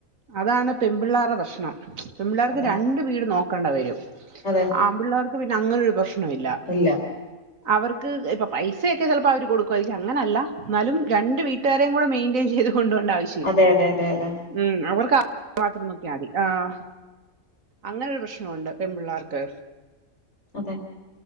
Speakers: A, on the right (about 75°); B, on the left (about 55°).
A: അതാണ് പെമ്പിള്ളേരെ പ്രശ്നം പെബിള്ളേർക്ക്
B: അതെ
A: രണ്ട് വീട് നോക്കണ്ട വരും
B: അതെ
A: ആ ൺ പിള്ളേർക്ക് പിന്നെ അങ്ങനൊരു പ്രശ്നയില്ല
B: ഇല്ല
A: അവർക്ക് ഇപ്പ പൈസയൊക്കെ ചെലപ്പോ അവര് കൊടുക്കുവാരിക്കും പക്ഷേ അങ്ങനല്ല ന്നാലും രണ്ട് വീ ട്ടേരിം കൂടെ മെയ്ന്റെയിൻ ചെയ്ത് കൊണ്ട് പോണ്ട ആവി
B: അതെ-യതെ-യതെ-യതെ.
A: മ്മ് അവർക്ക് <inaudible> മാത്രം നോക്കിയാതി ആഹ് അങ്ങനൊരു പ്രശ്നമുണ്ട് പെൺപിള്ളാർക്ക്.
B: അതെ.